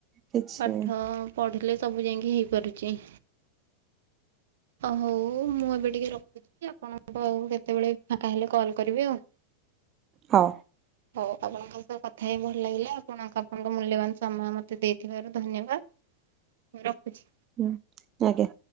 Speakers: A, on the right (about 30°); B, on the right (about 60°).
A: କିଛି
B: ପାଠ ପଢ଼ିଲେ ସବୁ ଯାଇକି ହେଇପାରୁଛି। ଅ ହଉ ମୁଁ ଏବେ ଟିକେ ରଖୁଛି। ଆପଣ ଙ୍କୁ ଆଉ କେତେବେଳେ ଫାଙ୍କା ହେଲେ କଲ୍ କରିବି ଆଉ।
A: ହଁ।
B: <unintelligible> ହଉ ଆପଣଙ୍କ ସହ କଥା ହେଇ ଭଲ ଲାଗିଲା। ଆପଣଙ୍କ, ଆପଣଙ୍କ ମୂଲ୍ୟବାନ ସମୟ ମତେ ଦେଇଥିବାରୁ ଧନ୍ୟବାଦ। ରଖୁଛି।
A: ହୁଁ ପରେ